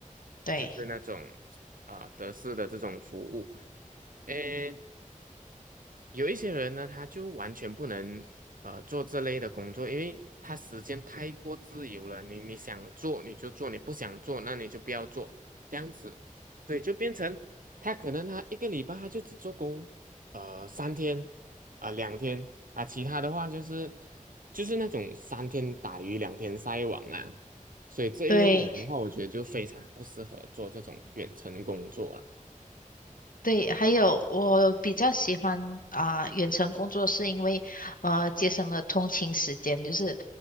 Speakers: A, on the left (about 90°); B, on the right (about 80°).
A: 对
B: 就是那种啊、德式的这种服务。诶，有一些人呢，他就完全不能呃做这类的工作，因为他时间太过自由了。你你想做你就做，你不想做那你就不要做，这样子，所以就变成他可能他一个礼拜他就只做工呃三天啊、两天啊，其他的话就是就是那种三天打鱼两天晒网啊，所以这一类人的话，
A: 对。
B: 我觉得就非常不适合做这种远程工作了。
A: 对，还有我比较喜欢啊、远程工作，是因为呃节省了通勤时间，就是